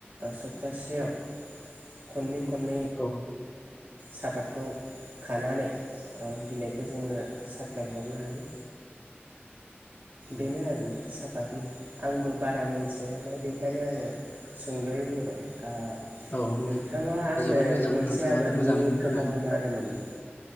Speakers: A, on the right; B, on the left.
A: सप्तासेयाव खनै खन
B: औ।
A: सापतखौ खानानै ओ बिलाइ खौ जोङो साप्लााय हरनो हायो।
B: औ
A: बेनो आरोना साफ त आबादनि आंबो बारा मोनथिया नालाय बेखायनो आङो सुंद'यै बुंबाय ओ
B: औ
A: नोंथाङा आंनो
B: जोबोद मोजां
A: मोनसे
B: नोंथाङाबो
A: आबादनि
B: मोजाङैनो फोरमायनानै
A: खोन्थाहरनो
B: होबाय
A: हागोन नामा?